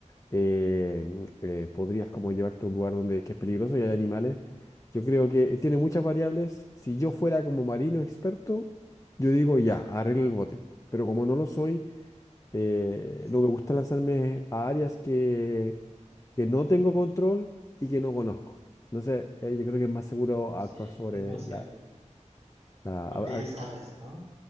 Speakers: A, on the left (about 25°); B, on the right (about 55°).
A: eh, eh, podrías como llevarte a un lugar donde que es peligroso y hay animales. Yo creo que tiene muchas variables. Si yo fuera como marino experto, yo digo ya, arreglo el bote. Pero como no lo soy eh,
B: Bien,
A: no me gusta lanzarme a áreas que, que no tengo control y que no conozco. Entonces, eh, yo creo que es más seguro actuar
B: Sí,
A: sobre
B: es más
A: la...
B: seguro.
A: la-
B: Lo
A: a-
B: que ya
A: a-
B: sabes, ¿no?